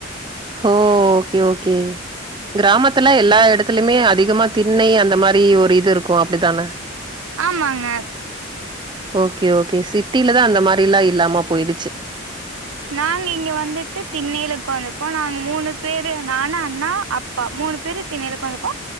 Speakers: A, on the right; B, on the right.
A: ஹோ ஓகே ஓகே கிராமத்துல எல்லா எடத்துலமே அதிகமா திண்ணை அந்த மாரி ஒரு இது இருக்கு அப்டிதான
B: ஆமாங்க
A: ஓகே ஓகே சிட்டிலதா அந்த மாரில்லா இல்லாம போயிடுச்சு
B: நாங்க இங்க வந்துட்டு திண்ணைல உக்கந்துப்போ நாங்க மூணு பேரு நானு அண்ணா அப்பா மூணு பேரு திண்ணைல உக்காந்துக்வோ